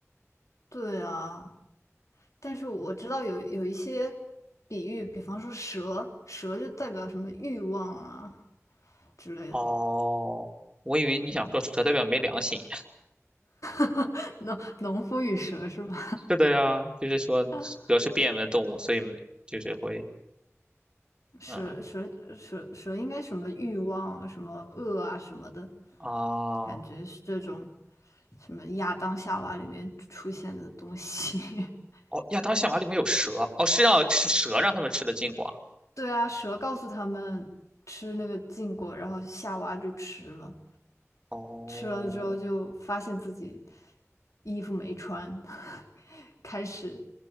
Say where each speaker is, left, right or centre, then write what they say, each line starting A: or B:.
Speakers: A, on the left (about 90°); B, on the right (about 20°).
A: 对啊，但是我知道有有一些比喻，比方说蛇，蛇就代表什么欲望啊之类的，
B: 哦，我以为你想说蛇代表没良心。
A: 是吧？<laughs> 农农夫与蛇是吧？
B: 是的呀，就是说蛇是变温动物，
A: <laughs>
B: 所以没就是会，
A: 蛇蛇蛇蛇应该什么欲望、
B: 嗯，
A: 什么恶啊什么的，
B: 啊，
A: 感觉是这种什么亚当夏娃里面出现的东西。<laughs>
B: 哦，亚当夏娃里面有蛇，哦，是让是蛇让他们吃的禁果，
A: 对啊，蛇告诉他们吃那个禁果，然后夏娃就吃了，
B: 哦，
A: 吃了之后就发现自己衣服没穿，<laughs> 开始